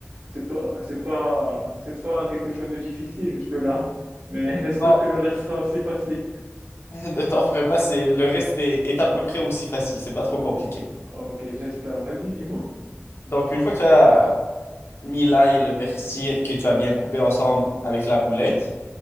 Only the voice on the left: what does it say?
Non,
<laughs> ne t'en fais pas, c'est le reste est, est à peu près aussi facile, c'est pas trop compliqué.
Donc, une fois que tu as mis l'ail et le persil que tu as bien coupé ensemble avec la boulette,